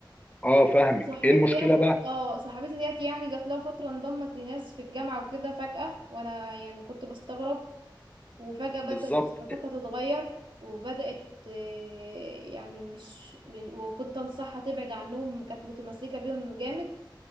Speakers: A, on the left; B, on the right.
A: اه فاهمك
B: صاحبتي
A: ايه المشكله
B: ديت
A: بقى
B: اه صاحبتي ديت يعني جات لها فتره انضمت لناس في الجامعه وكده فجاه وانا يعني كنت بستغرب وفجأة بدأت
A: بالظبط
B: تصرفاتها تتغير وبدأت آه، يعني مش مش- وكنت أنصحها تبعد عنهم كانت متمسكة بيهم جامد